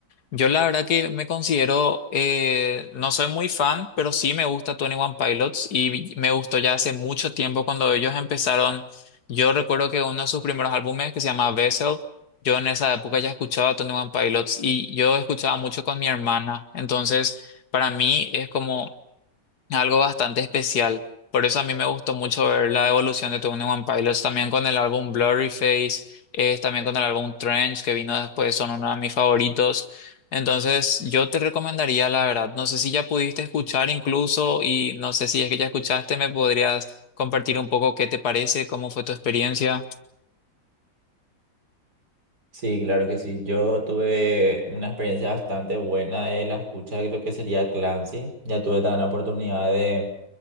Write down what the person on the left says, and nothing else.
Yo la verdad que me considero, eh, no soy muy fan, pero sí me gusta Twenty One Pilots y vi- me gustó ya hace mucho tiempo cuando ellos empezaron. Yo recuerdo que uno de sus primeros álbumes que se llama Vessel, yo en esa época ya escuchaba Twenty One Pilots y yo escuchaba mucho con mi hermana. Entonces, para mí es como algo bastante especial. Por eso a mí me gustó mucho ver la evolución de Twenty One Pilots, también con el álbum Blurry Face, eh, también con el álbum Trench que vino después, son uno de mis favoritos. Entonces, yo te recomendaría, la verdad, no sé si ya pudiste escuchar incluso y no sé si es que ya escuchaste, me podrías compartir un poco qué te parece, cómo fue tu experiencia.